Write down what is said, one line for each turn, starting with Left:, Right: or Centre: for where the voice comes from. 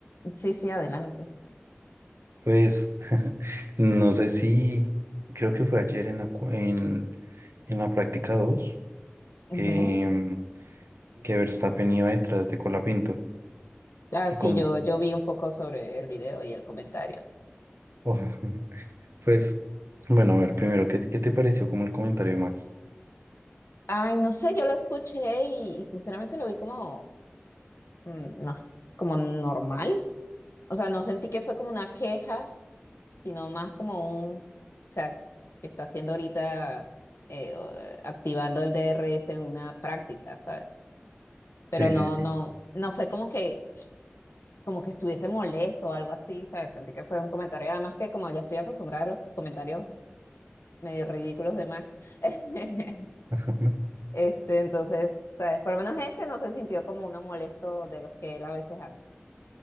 Left: Sí, sí, adelante.
Right: Pues <laughs> no sé si, creo que fue ayer en la, cua- en, en la práctica 2 que,
Left: Ujú.
Right: que Verstappen iba detrás de Colapinto.
Left: Ah,
Right: Y
Left: sí,
Right: como,
Left: yo, yo vi un poco sobre el video y el comentario.
Right: oh, <laughs> pues, bueno, a ver, primero, ¿qué, qué te pareció como el comentario de Max?
Left: Ay, no sé, yo lo escuché y, y sinceramente lo vi como, mm, no s- como normal. O sea, no sentí que fue como una queja, sino más como un, o sea, que está haciendo ahorita, eh, o- activando el DRS una práctica, ¿sabes? Pero
Right: Sí,
Left: no,
Right: sí, sí.
Left: no, no fue como que como que estuviese molesto o algo así, ¿sabes? Sentí que fue un comentario, además que como ya estoy acostumbrada a los comentarios medio ridículos de Max, <laughs>
Right: <laughs>
Left: este, entonces, ¿sabes? Por lo menos este no se sintió como uno molesto de los que él a veces hace.